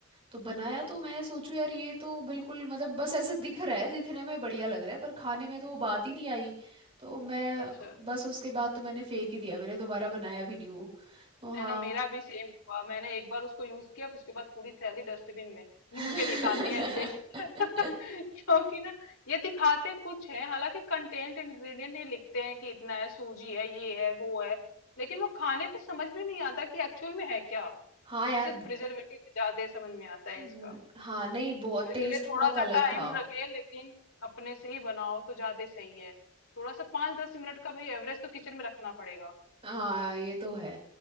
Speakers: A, on the right (about 30°); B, on the left (about 75°).
A: तो बनाया
B: हम्म
A: तो मैं सोचू यार ये तो बिल्कुल मतलब बस ऐसे दिख रहा है दिखने में बढ़िया लग रहा है पर खाने में तो वो बात ही नहीं आई तो मैं
B: अच्छा
A: बस उसके बाद तो मैंने फेंक ही दिया मैंने दोबारा बनाया भी नहीं वो तो
B: है
A: हाँ
B: ना मेरा भी सेम हुआ मैंने एक बार उसको यूज किया फिर उसके बाद पूरी थैली डस्टबिन में
A: <laughs>
B: मुझे नहीं खानी है ऐसे <laughs> क्योंकि ना ये दिखाते कुछ है हालांकि कंटेंट इंग्रेडिएंट ये लिखते हैं कि इतना है सूजी है ये है वो है लेकिन वो खाने पे समझ में नहीं आता कि एक्चुअल में है क्या
A: हाँ
B: ये
A: यार
B: मुझे तो
A: ब-
B: प्रिजर्वेटिव ज्यादा समझ में आता है
A: न-
B: इसका
A: हाँ नहीं बहुत
B: तो इसलिए
A: टेस्ट
B: थोड़ा
A: बहुत अलग
B: सा टाइम
A: था
B: लगे लेकिन अपने से ही बनाओ तो ज्यादा सही है थोड़ा सा पांच दस मिनट का भाई एवरेज तो किचन में रखना पड़ेगा
A: हाँ ये तो है